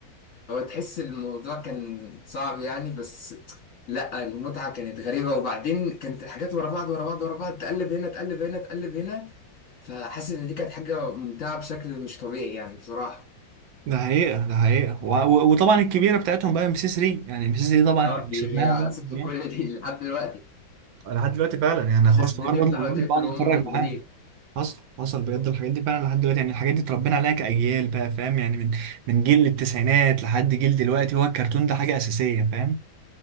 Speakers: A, on the left; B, on the right.
A: هو تحس الموضوع كان صعب يعني بس لا المتعة كانت غريبة وبعدين كانت الحاجات ورا بعض ورا بعض ورا بعض تقلب هنا تقلب هنا تقلب هنا فحاسس ان دي كانت حاجة ممتعة بشكل مش طبيعي يعني بصراحة
B: ده حقيقه ده حقيقه و... و... وطبعا الكبيره بتاعتهم بقى ام سي 3 يعني ام سي 3 طبعا
A: اه
B: احنا
A: دي
B: كسبناها بقى من
A: سبت
B: زمان.
A: كل دي لحد دلوقتي
B: لحد دلوقتي فعلا يعني
A: الناس
B: خلاص
A: بتفتح
B: الحوار برضه بيقول
A: وتقفل
B: لي بقعد
A: وهم
B: اتفرج
A: موجودين
B: معاه حصل حصل بجد الحاجات دي فعلا لحد دلوقتي يعني الحاجات دي اتربينا عليها كأجيال بقى فاهم يعني من من جيل التسعينات لحد جيل دلوقتي هو الكرتون ده حاجة أساسية فاهم